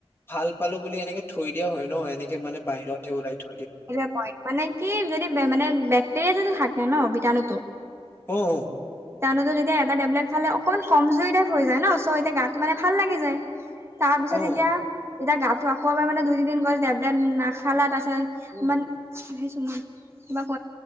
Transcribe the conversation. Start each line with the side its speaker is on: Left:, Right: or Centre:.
Left: ভাল পালো বুলি এনেকে থৈ এয়া হয় ন এনেক মানে বাহতে ওলাই থো
Right: সটোে পইট মানে কি যদি মানে বেক্টেৰিয়া যদি থাকে ন বিতণুটো
Left: উম
Right: তেনতো তেতিয়া এ টেবলেট খালে অকণমান কমজুৰি টাইপ হৈ যায় ন চ' এতিয়া গাটো মানে ভাল লাগি যায় তাৰ পিছত
Left: অ
Right: এতিয়া এতিয়া গাটো আকৌ এবাৰ মানে দুই তিনি দিন গ'ল টেবলেট নাখালা তাৰ পিছত মান সেই চু মন কিবা ক